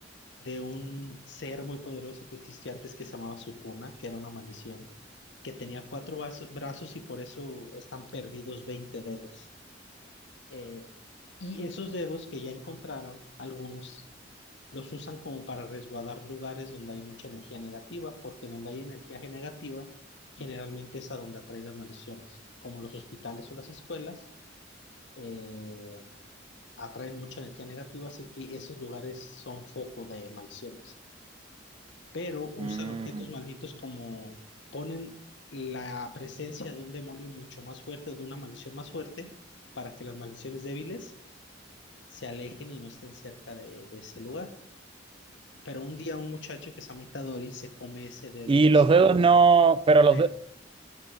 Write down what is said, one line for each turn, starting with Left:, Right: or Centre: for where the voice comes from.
Left: de un ser muy poderoso que existió antes que se llamaba Sukuna, que era una maldición, que tenía cuatro vaso- brazos y por eso están perdidos 20 dedos. Eh, y esos dedos que ya encontraron, algunos los usan como para resguardar lugares donde hay mucha energía negativa, porque donde hay energía negativa, generalmente es a donde atrae las maldiciones, como los hospitales o las escuelas. eh, atraen mucha energía negativa, así que esos lugares son foco de maldiciones. Pero usan
Right: Mm.
Left: objetos malditos como ponen la presencia de un demonio mucho más fuerte, de una maldición más fuerte, para que las maldiciones débiles se alejen y no estén cerca de, de ese lugar. pero un día un muchacho que se llama Itadori se come ese dedo
Right: Y
Left: de
Right: los
Left: su
Right: dedos
Left: forma.
Right: no, pero los
Left: Eh,
Right: dedos,